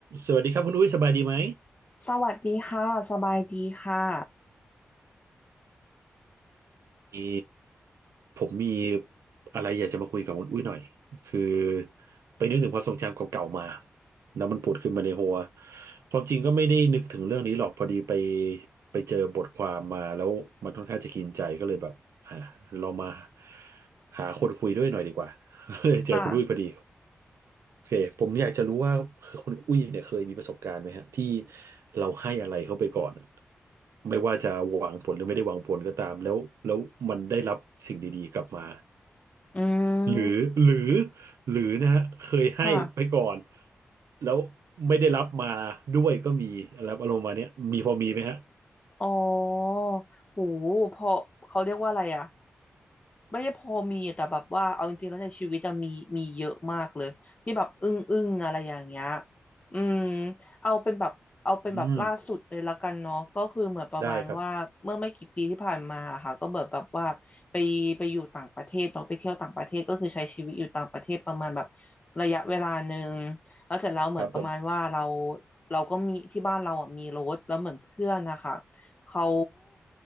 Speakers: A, on the right; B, on the left.
A: สวัสดีครับคุณอุ้ยสบายดีไหม
B: สวัสดีค่ะสบายดีค่ะ
A: มีผมมีอะไรอยากจะมาคุยกับคุณอุ้ยหน่อยคือไปนึกถึงความทรงจำเก่าๆมาแล้วมันผุดขึ้นมาในหัวความจริงก็ไม่ได้นึกถึงเรื่องนี้หรอกพอดีไปไปเจอบทความมาแล้วมันค่อนข้างจะกินใจก็เลยแบบอ่าลองมาหาคนคุยด้วยหน่อยดีกว่า <laughs> เลยเจอคุณอุ้ยพอดี
B: ค่ะ
A: โอเคผมอยากจะรู้ว่าคุณอุ้ยเนี่ยเคยมีประสบการณ์ไหมฮะที่เราให้อะไรเขาไปก่อนอะไม่ว่าจะหวังผลหรือไม่ได้หวังผลก็ตามแล้วแล้วมันได้รับสิ่งดีๆกลับมา
B: อื
A: หรือหรือ
B: ม
A: หรือนะฮะเคยให้ไปก่อน
B: ค่ะ
A: แล้วไม่ได้รับมาด้วยก็มีอะไรอารมณ์มาเนี้ยมีพอมีไหมฮะ
B: อ๋อโหพอเขาเรียกว่าอะไรอ่ะไม่ใช่พอมีแต่แบบว่าเอาจริงๆแล้วในชีวิตอะมีมีเยอะมากเลยที่แบบอึ้งอึ้งอะไรอย่างเงี้ยอืมเอาเป็นแบบเอาเป็นแบบล่าสุดเลยละกันเนาะก็คือเหมือนประมาณว่าเมื่อไม่กี่ปีที่ผ่านมาอะค่ะก็แบบแบบว่าไปไปอยู่ต่างประเทศเนาะไปเที่ยวต่างประเทศก็คือใช้ชีวิตอยู่ต่างประเทศประมาณแบบ
A: อืมได้ครับ
B: ระยะเวลาหนึ่งแล้วเสร็จแล้วเหมือนประมาณว่าเรา
A: ครับผม
B: เราก็มีที่บ้านเราอ่ะมีรถแล้วเหมือนเพื่อนนะคะ เขา